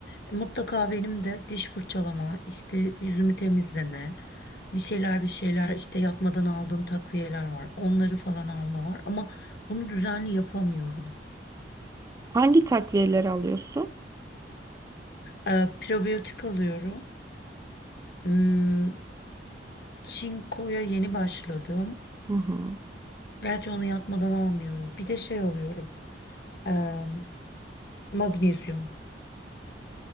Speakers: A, on the left (about 60°); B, on the right (about 20°).
A: e, mutlaka benim de diş fırçalama, işte yüzümü temizleme, bir şeyler bir şeyler işte yatmadan aldığım takviyeler var. Onları falan alma var ama bunu düzenli yapamıyorum.
B: Hangi takviyeleri alıyorsun?
A: E, probiyotik alıyorum. Hmm, çinkoya yeni başladım.
B: Hı hı.
A: Gerçi onu yatmadan almıyorum. Bir de şey alıyorum. eee, magnezyum.